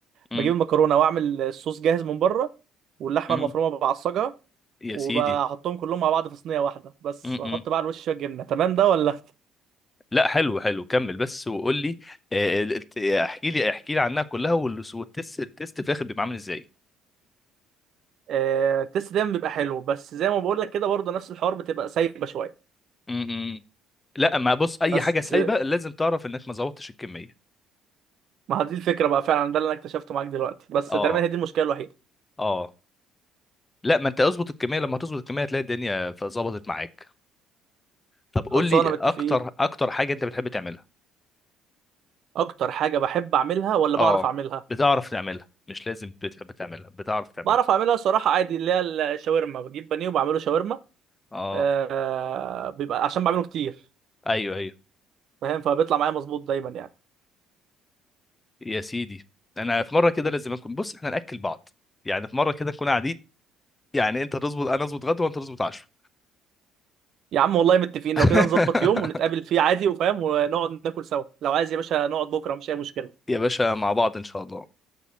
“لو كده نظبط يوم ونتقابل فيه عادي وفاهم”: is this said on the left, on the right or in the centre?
Right